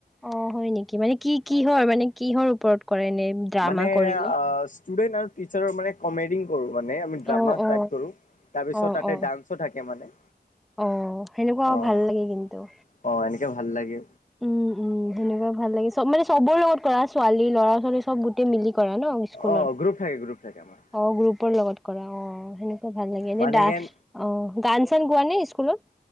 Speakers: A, in the centre; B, on the left (about 50°).
A: অ হয় নেকি মানে কি কিহৰ মানে কিহৰ ওপৰত? কৰে এনে ড্ৰামা
B: মানে
A: কৰিলে
B: ষ্টুডেন্ট আৰু টিচাৰৰ মানে কমেডি কৰোঁ মানে আমি ড্ৰামা
A: অ অ
B: টাইপ কৰোঁ তাৰপিছত
A: অ
B: তাতে
A: অ
B: ডান্সো থাকে মানে
A: অ সেনেকুৱাও
B: অ',
A: ভাল লাগে কিন্তু
B: অ', এনেকে ভাল লাগে
A: উম উম সেনেকুৱা ভাল লাগে চব মানে চবৰ লগত কৰা ছোৱালী ল'ৰা ছোৱালী চব গোটেই মিলি কৰা ন স্কুলৰ
B: অ', গ্ৰুপ থাকে গ্ৰুপ আমাৰ
A: অ গ্ৰুপৰ লগত কৰা অ সেনেকুৱা ভাল লাগে এনে
B: মানে কেন
A: অ গান চান গোৱা নে? স্কুলত